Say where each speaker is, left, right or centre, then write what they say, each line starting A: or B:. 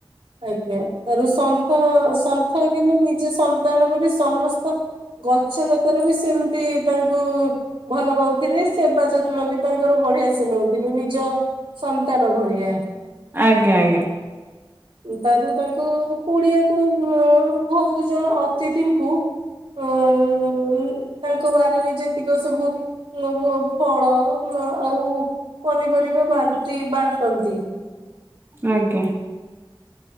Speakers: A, on the right; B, on the right.
A: ଆଜ୍ଞା ତାର ସନ୍ଥ ସନ୍ଥ କିନ୍ତୁ ନିଜ ସନ୍ତାନ ଉପରେ ସମସ୍ତ ଗଛ ଲତାର ବି ସେମିତି ତାଙ୍କୁ ଭଲ ପାଉଥିଲେ ସେବା ଯ ଲବି ତାଙ୍କର ବଢିଆ ସେ ନଉଥିଲି ନିଜ ସନ୍ତାନ ଭଳିଆ
B: ଆଜ୍ଞା ଆଜ୍ଞା
A: ତାରୁ ତାଙ୍କୁ କୁଡିଆକୁ ବହୁତ ଜଣ ଅତିଥିଙ୍କୁ <unintelligible> ତାଙ୍କ ବାରିରେ ଯେତିକ ସବୁ ଇଏ ଫଳ ଆଉ ପନିପରି ବା ବାଣ୍ଟି ବାଣ୍ଟନ୍ତି।
B: ଆଜ୍ଞା।